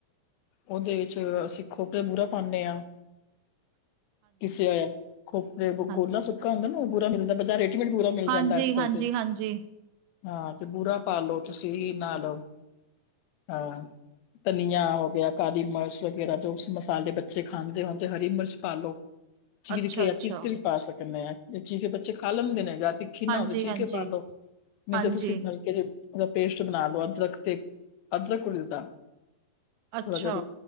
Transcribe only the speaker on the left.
ਓਦੇ ਵਿੱਚ ਅਸੀਂ ਖੋਪੇ ਦਾ ਬੂਰਾ ਪਾਨੇ ਆਂ। ਪੀਸੇਆ ਹੋਏਆ, ਖੋਪੇ
ਗੋਲਾ ਸੁੱਕਾ ਹੁੰਦਾ ਨਾ ਓ ਬੂਰਾ ਮਿਲਦਾ ਬਜਾਰ ਰੇ ਡੀਮੇਟ ਪੂਰਾ ਮਿਲ
ਜਾਂਦਾ ਐ ਅਜ ਕਲ
ਤੇ।
ਹਾਂ ਤੇ ਬੂਰਾ ਪਾ ਲੋ ਤੁਸੀ, ਨਾਲ ਅ ਧਨੀਆ ਹੋ ਗੇਆ, ਕਾਲੀ ਮਰਚ ਵਗੈਰਾ ਜੋ ਮਸਾਲੇ ਬੱਚੇ ਖਾਂਦੇ ਹੋਣ ਤੇ ਹਰੀ ਮਰਚ ਪਾਲੋ। ਚੀਰ
ਕੇ ਯਾ
ਪੀਸ ਕੇ ਵੀ ਪਾ ਸਕਨੇ ਆਂ। ਚੀਰ ਕੇ ਬੱਚੇ ਖਾ ਲੈਂਦੇ ਨੇ ਜਾਤੀ ਖੀਨਾ
ਹੋਵੇ ਚੀਰ
ਕੇ ਪਾ ਲੋ, ਨਈ
ਤੇ ਤੁਸੀ ਹਲਕੇ ਜੇ ਓਦਾ ਪੇਸਟ ਬਣਾ ਲੋ ਅਦਰਕ ਤੇ ਅਦਰਕ ਉਲਦਾ
ਥੋੜਾ ਜਾ